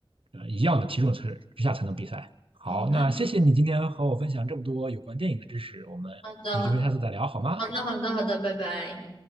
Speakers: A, on the right (about 75°); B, on the left (about 75°).
A: 呃一样的体重之之下才能比赛。好，
B: 好的，
A: 那谢谢你今天和我分享这么多有关电影的知识，我们有机会下次再聊好吗？
B: 好的，好的，好的，好的，拜拜。